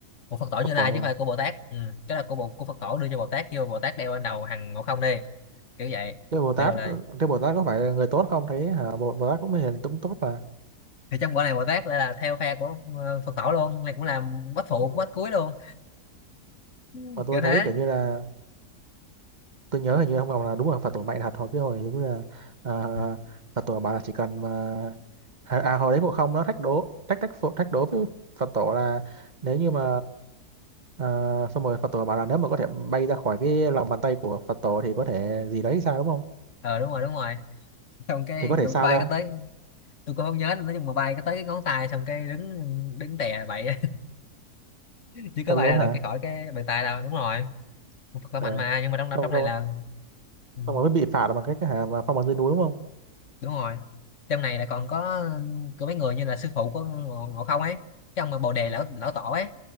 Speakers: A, on the left; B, on the right.
A: của Phật tổ
B: Phật
A: Như Lai
B: tổ.
A: chứ không phải của Bồ Tát ừ. cái là của bộ của Phật tổ đưa cho Bồ Tát kêu Bồ Tát đeo bên đầu hằng ngộ không đi kiểu vậy
B: Thế Bồ Tát
A: được rồi là
B: có- thế Bồ Tát có phải là người tốt không thấy hả Bồ, Bồ Tát cũng hiền cũng tốt mà
A: thì trong quả này Bồ Tát lại là theo phe của ờ, Phật tổ luôn này cũng là bách phụ
B: Ừ.
A: của bách cuối luôn <laughs>
B: mà tôi
A: kiểu thế
B: thấy kiểu như là tôi nhớ hình như ông Ngọc là đúng là Phật tổ mạnh thật hồi cái hồi giống như là
A: Ừ.
B: uh, Phật tổ bảo là chỉ cần mà à, à hồi đấy Ngộ Không nó thách đố thách thách phụ- thách đố với Phật tổ là nếu như mà ờ, xong rồi Phật tổ bảo là nếu mà có thể bay ra khỏi cái lòng bàn tay của Phật tổ thì có thể gì đấy sao đúng không
A: ờ đúng rồi đúng rồi xong cái
B: thì có thể sao
A: bay
B: ra
A: cái tới tôi cũng không nhớ nữa, nhưng mà bay cái tới cái ngón tay xong cái đứng đứng tè bậy á. chứ có
B: thật
A: bay
B: luôn
A: ra
B: hả
A: được cái khỏi cái bàn tay đâu đúng rồi một Phật khỏe
B: Ờ.
A: mạnh mà nhưng mà trong
B: xong
A: trong
B: xong
A: này là ừ,
B: xong rồi mới bị phạt bằng cách hả mà phong ấn dưới núi đúng không
A: đúng rồi trong này là còn có có mấy người như là sư phụ của Ngộ Ngộ Không ấy cái ông mà Bồ Đề lão lão tổ ấy